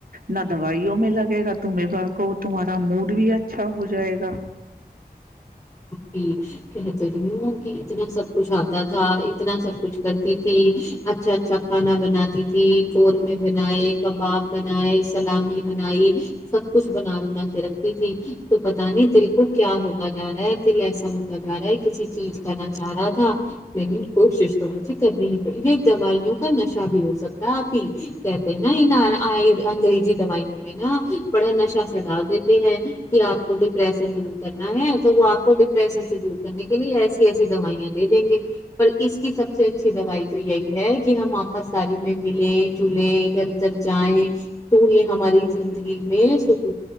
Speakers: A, on the right (about 60°); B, on the left (about 20°).
A: نہ دوائیوں میں لگے گا تمہ کو تمہارا موڈ بھی اچھا ہو جائے گا
B: کہ رہی ہوں کہ اتنا سب کچھ آتا تھا اتنا سب کچھ کرتی تھی اچھا اچھا کھانا بناتی تھی تھی کورم بنائے کباب بنائے سلامی بنائی سب کچھ بنا بنا کے رکھتی تھی تو پتہ نہیں دل کو کیا ہوتا جا رہا ہے ایسا ہوتا جا رہا ہے کسی چیز کا نہ چاہ رہا تھا لیکن کوشش تو مجھے کرنی ہی پڑی دوائیوں کا نشہ بھی ہو سکتا آپ ہی کہتے ہیں نا ان انگریزی دوائیوں میں نا بڑا نشہ س ڈال دیتے ہیں کہ آپ کو ڈپریشن دور کرنا ہے تو وہ آپ کو ڈپریشن سے دور کرنے کے لیے ایسی ایسی دوائیاں دے دیں گے پر اس کی سب سے اچھی دوائی تو یہی ہے کہ ہم واپس ساری میں ملیں جلیں ادھر ادھر جائیں تو یہ ہماری زندگی میں <unintelligible> ج